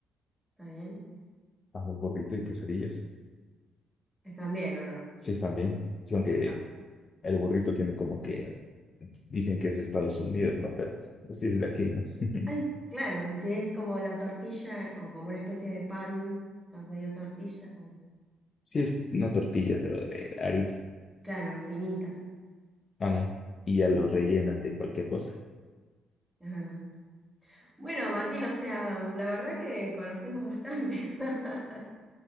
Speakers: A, in the centre; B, on the left.
A: ¿está bien?
B: Amo el burrito y quesadillas.
A: ¿Están bien o no?
B: Sí, están bien. Sí, aunque
A: Ah,
B: el burrito tiene como que dicen que es de Estados Unidos, ¿no? Pero pues, sí es de aquí, ¿no? <laughs>
A: Ay, claro, y si es como la tortilla o como una especie de pan, o medio tortilla, como,
B: Sí, es una tortilla, pero de harina.
A: claro, finita,
B: Ah, no. Y ya lo rellenan de cualquier cosa.
A: es verdad. Bueno, Martín, o sea, la verdad que conocemos bastante. <laughs>